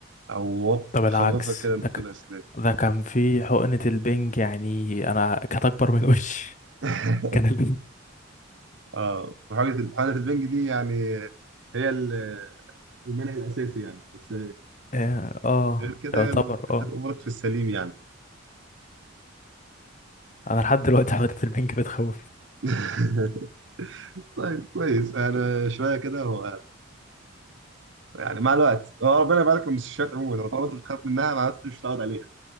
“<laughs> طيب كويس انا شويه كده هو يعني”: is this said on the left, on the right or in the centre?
Right